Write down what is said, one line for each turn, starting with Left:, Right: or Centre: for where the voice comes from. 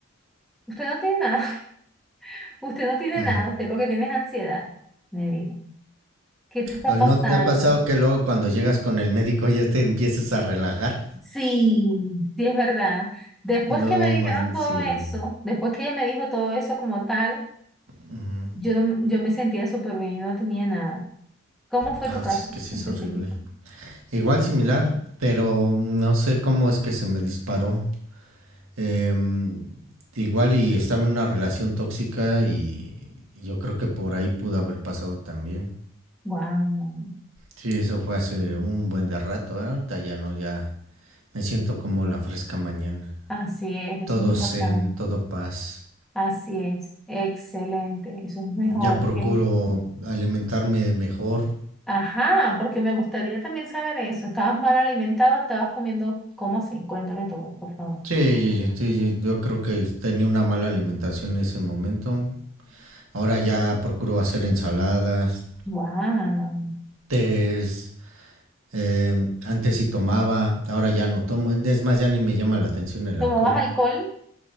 Centre: usted no tiene nada, <laughs> usted no tiene
Right: ujú.
Centre: nada, usted lo que tiene es ansiedad. Me dijo, ¿qué te está
Right: ¿O
Centre: pasando?
Right: ¿No te ha pasado que luego cuando llegas con el médico ya te empiezas a relajar?
Centre: Sí, sí es verdad. Después
Right: No
Centre: que me
Right: manches.
Centre: dijeron todo eso, después que ella me dijo todo eso como tal,
Right: Ujú.
Centre: yo, no- yo me sentía súper bien, yo no tenía nada. ¿Cómo fue
Right: No,
Centre: tu caso
Right: es que sí
Centre: específico?
Right: es horrible. Igual similar, pero no sé cómo es que se me disparó. Em, igual y estaba en una relación tóxica y yo creo que por ahí pudo haber pasado también.
Centre: wow.
Right: Sí, eso fue hace un buen de rato. ¿eh? Ahorita ya no, ya me siento como la fresca mañana.
Centre: Así es, eso
Right: Todo
Centre: es importante.
Right: zen, todo paz.
Centre: Así es, excelente. Eso es mejor
Right: Ya procuro
Centre: que...
Right: alimentarme de mejor.
Centre: Ajá, porque me gustaría también saber eso. ¿Estabas mal alimentado? ¿Estabas comiendo? ¿Cómo así? Cuéntame todo, por favor.
Right: Sí, sí, sí, yo creo que tenía una mala alimentación en ese momento. Ahora ya procuro hacer ensaladas,
Centre: Wow.
Right: tés, Eh, antes sí tomaba, ahora ya no tomo. Es más, ya ni me llama la atención el
Centre: ¿Tomabas
Right: alcohol.
Centre: alcohol?